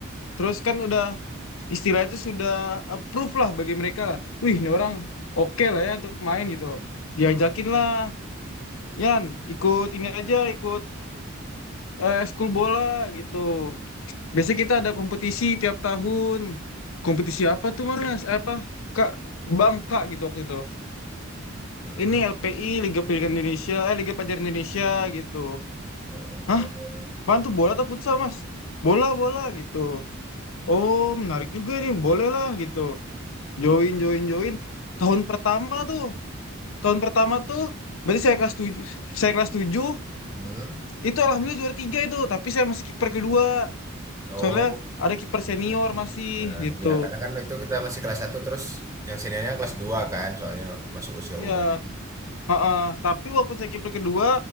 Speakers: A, on the left; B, on the right.
A: terus kan udah istilah itu sudah approve lah bagi mereka lah wih ini orang oke lah ya untuk main gitu loh diajakin
B: hmm,
A: lah Yan, ikut ini aja, ikut eh, ekskul bola gitu. Biasanya kita ada kompetisi tiap tahun. Kompetisi apa tuh, Mas? Eh, Apa? Kak, Bangka gitu waktu itu.
B: hmm.
A: Ini LPI, Liga Pendidikan Indonesia, eh Liga Pelajar Indonesia gitu.
B: Oh.
A: Hah? Apaan tuh bola atau futsal, Mas? Bola, bola gitu. Oh, menarik juga nih, boleh lah gitu. Join, join, join. Tahun pertama tuh, tahun pertama tuh, berarti saya kelas tujuh, saya kelas 7,
B: Hmm.
A: itu alhamdulillah juara tiga itu, tapi saya masih kiper kedua.
B: Oh,
A: Soalnya ada
B: gitu.
A: kiper senior masih
B: Nah,
A: gitu.
B: ya karena kan itu kita masih kelas satu terus yang seniornya kelas 2 kan, soalnya masuk usia
A: Iya,
B: umurnya. kan.
A: heeh. Tapi walaupun saya kiper kedua,